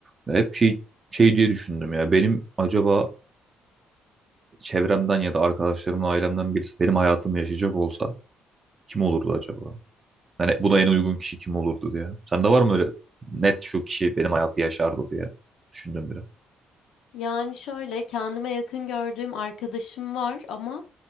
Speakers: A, on the right; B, on the left.
A: Ya hep şey şey diye düşündüm ya. Benim acaba çevremden ya da arkadaşlarımdan, ailemden birisi benim hayatımı yaşayacak olsa kim olurdu acaba? Hani buna en uygun kişi kim olurdu diye. Sende var mı öyle net şu kişi benim hayatı yaşardı diye düşündüm biri.
B: Yani şöyle kendime yakın gördüğüm arkadaşım var ama